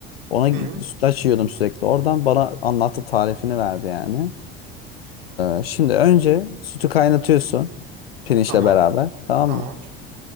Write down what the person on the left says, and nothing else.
Ona git-
sütlaç yiyordum sürekli. Oradan bana anlattı tarifini verdi yani. Ee, şimdi önce sütü kaynatıyorsun pirinçle
beraber tamam
mı?